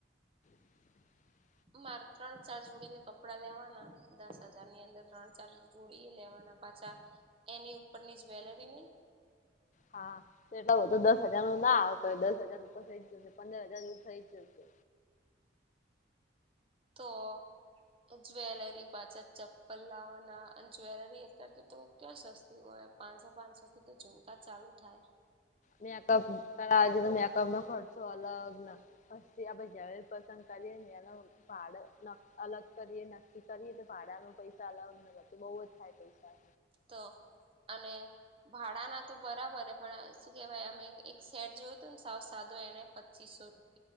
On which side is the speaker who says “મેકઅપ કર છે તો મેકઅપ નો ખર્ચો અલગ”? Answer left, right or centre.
Left